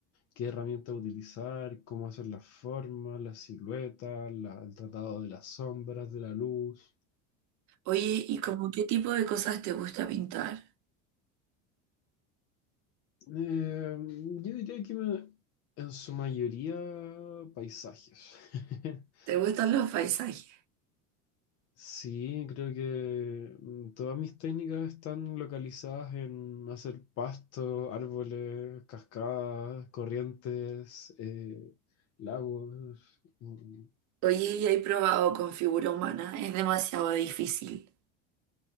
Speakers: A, on the left; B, on the right.
A: qué herramienta utilizar, cómo hacer las formas, las siluetas, la- el tratado de las sombras, de la luz.
B: Oye, ¿y como qué tipo de cosas te gusta pintar?
A: Eh, yo diría que me- en su mayoría paisajes. <laughs>
B: ¿Te gustan los paisajes?
A: Sí, creo que mm, todas mis técnicas están localizadas en hacer pastos, árboles, cascadas, corrientes, eh, lagos. Mm,
B: Oye, ya he probado con figura humana, es demasiado difícil.